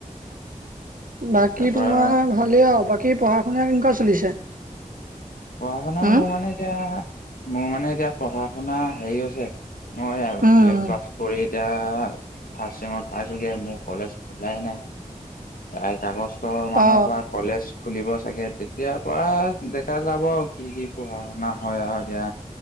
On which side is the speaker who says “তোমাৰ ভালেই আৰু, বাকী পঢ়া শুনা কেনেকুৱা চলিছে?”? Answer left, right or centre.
Right